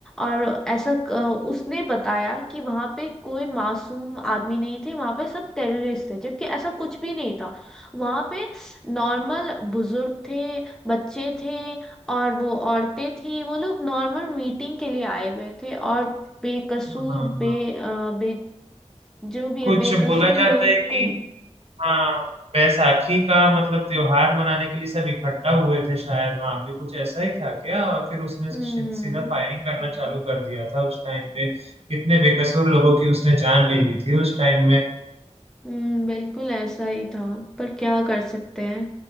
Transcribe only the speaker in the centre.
और ऐसा क- उसने बताया कि वहां पे कोई मासूम आदमी नहीं थे वहां पे सब टेररिस्ट थे जबकि ऐसा कुछ भी नहीं था वहां पे नॉर्मल बुजुर्ग थे बच्चे थे और वो औरतें थी वो लोग नॉर्मल मीटिंग के लिए आए हुए थे और बेकसूर
बे,
अ, बे जो भी
है बेकसूर
लोग
को
हम्म
हम्म बिल्कुल ऐसा ही था पर क्या कर सकते हैं